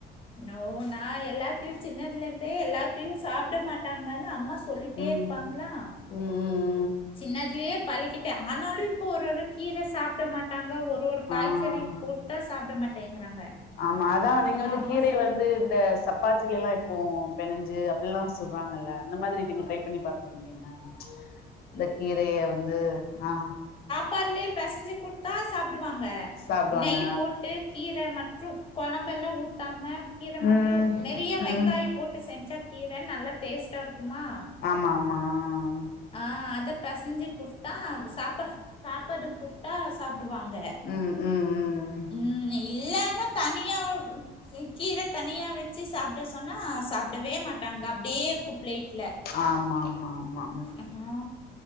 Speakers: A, on the left; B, on the left.
A: நோ நா எல்லாத்தையு சின்னதுலந்தே எல்லாத்தையும் சாப்ட மாட்டாங்கன் அம்மா சொ சொல்லிட்டே
B: ம்
A: இருப்பாங்ளா
B: ம் ம் ம்
A: சின்னதுலயே பழக்கிட்டே ஆனாலு இப்ப ஒரு ஒரு கீர சாப்ட மாட்டாங்க ஒரு ஒரு ஒரு காய்சறி
B: ஆ
A: போட்டா சாப்ட மாட்டேங்கிறாங்க
B: ஆமா அதா நீங்க
A: அதான்
B: வந்து
A: அம்மா
B: கீரைய
A: சொல்
B: வந்து இந்த சப்பாத்திலயெல்லா இப்போ பெனஞ்சு அப்டில்லா சொல்றாங்கள்ல அந்த மாதிரி நீங்க ட்ரை பண்ணி பாக்க வேண்டியன இந்த கீரைய வந்து ஆ
A: பாட்டுலயே பெசஞ்சு குடுத்தா சாப்டுவாங்க
B: சாப்டுவாங்க
A: நெய் போட்டு கீர மட்டும் கொழம்பெல்லாம் ஊத்தாம கீர மட்டு
B: ம்
A: நெறைய வெங்காயம்
B: ம்
A: போட்டு செஞ்சா கீர நல்லா டேஸ்ட்டா இருக்குமா
B: ஆமா ஆமா ஆம்
A: ஆ அத பெசஞ்சு குடுத்தா சாப்பா சாப்பாடு குடுத்தா சாப்டுவாங்க
B: ம் ம் ம்
A: ம் இல்லன்னா தனியா கீர தனியா வச்சு சாப்ட சொன்னா சாப்டவே மாட்டாங்க அப்டியே இருக்கு பிளேட்ல
B: ஆமா ஆமா ஆமா
A: ஆஹா